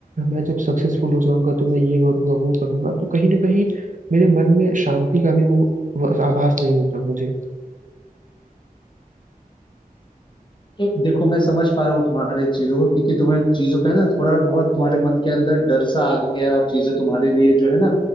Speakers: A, on the right; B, on the left.
A: मैं जब सक्सेसफुल हो जाऊंगा तो मैं ये करूंगा वो करूंगा तो कहीं ना कहीं मेरे मन में शांति का भी वो वो आभास नहीं होता मुझे
B: तो देखो मैं समझ पा रहा हूँ तुम्हारे चीजों को क्योंकि तुम्हें चीजों का है ना थोड़ा बहुत तुम्हारे मन के अंदर डर सा आ गया है और चीजें तुम्हारे लिए जो है ना